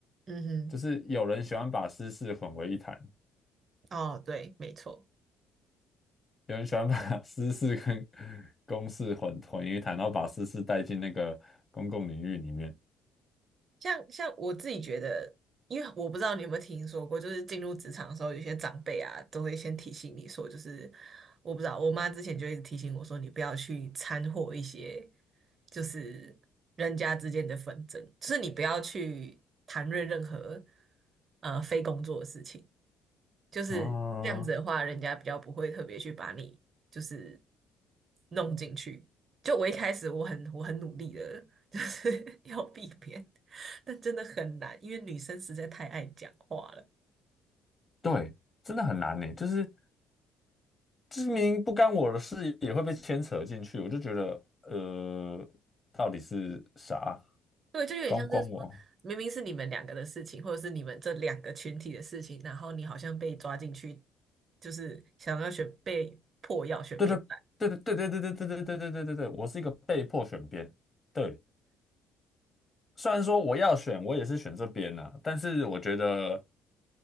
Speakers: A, on the right (about 50°); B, on the left (about 30°).
A: 嗯
B: 就是有人喜欢把私事混为一谈，
A: 哼，哦，对，没错。
B: 有人喜欢把 <laughs> 私事跟公事混混为一谈，然后把私事带进那个公共领域里面。
A: 像像我自己觉得，因为我不知道你有没有听说过，就是进入职场的时候，有些长辈啊都会先提醒你说，就是我不知道，我妈之前就一直提醒我说，你不要去掺和一些就是人家之间的纷争，就是你不要去谈论任何呃非工作的事情。就是这样子的话，
B: 啊，
A: 人家比较不会特别去把你就是弄进去。就我一开始我很我很努力的，就是 <laughs> 要避免，但真的很难，因为女生实在太爱讲话了。
B: 对，真的很难呢，就是知名不干我的事也会被牵扯进去，我就觉得呃，到底是啥？
A: 对，就有点像是说，
B: 光光我。
A: 明明是你们两个的事情，或者是你们这两个群体的事情，然后你好像被抓进去，就是想要选被迫要选边站。
B: 对对对对对对对对对对对对对对对，我是一个被迫选边。对，虽然说我要选，我也是选这边呐、但是我觉得